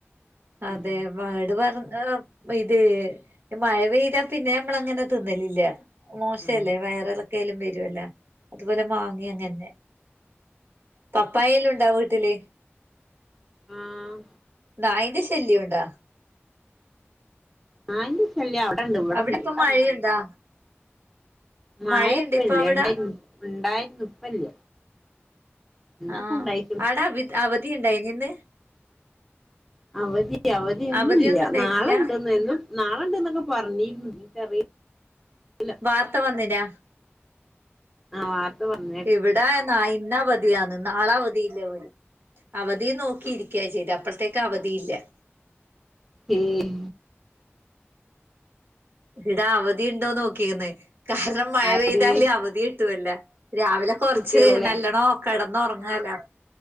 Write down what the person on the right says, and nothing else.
അതെ
വാട് പറ <unintelligible> ഇത് മഴ പെയ്താ പിന്നെ നമ്മള അങ്ങനെ തിന്നലില്ല മോശല്ലേ
വയറിലൊക്കെ ആലും വരുവല്ല അതുപോലെ മാങ്ങി അങ്ങന്നെ പപ്പായെല്ലാം ഉണ്ടാവ് വീട്ടില്
നായിന്റെ ശല്യംണ്ടോ?
അവിടെ ഇപ്പ
മഴയുണ്ടാ
മഴയുണ്ട്
ഇപ്പൊ അവിടാ
ആഹ്
ആടെ അ അവധി ഉണ്ടായിനി ഇന്ന്
അവധിയൊന്നും ഉണ്ടായിട്ടില്ല
വാർത്ത വന്നീനാ
എവിടെ നാ ഇന്ന അവധിയന്ന് നാളെ അവധിയില്ലേ ലും അവധിയ നോക്കിയിരി കേചെയ്ത് അപ്പോഴത്തേക്ക് അവധി ഇല്ല
ഇവിട അവധിയ ഉണ്ടോന്ന് നോക്കിന്ന് കാരണം മഴ
പെയ്താല് അവധി കിട്ടുവല്ല രാവിലെ കൊറച്ച്
നല്ലോണം കിടന്ന ഉറങ്ങലോ